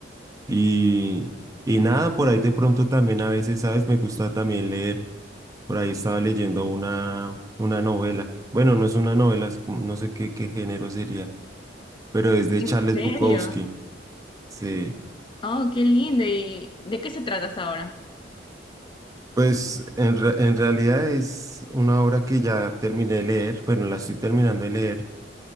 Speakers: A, on the right; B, on the left.
A: Y, y nada, por ahí de pronto también a veces, ¿sabes? Me gusta también leer. Por ahí estaba leyendo una, una novela. Bueno, no es una novela, es como- no sé qué, qué género sería, pero es de
B: ¿En
A: Charles
B: serio?
A: Bukowski. Sí.
B: Oh, qué lindo. ¿Y de qué se trata hasta ahora?
A: Pues en, re- en realidad es una obra que ya terminé de leer, bueno, la estoy terminando de leer,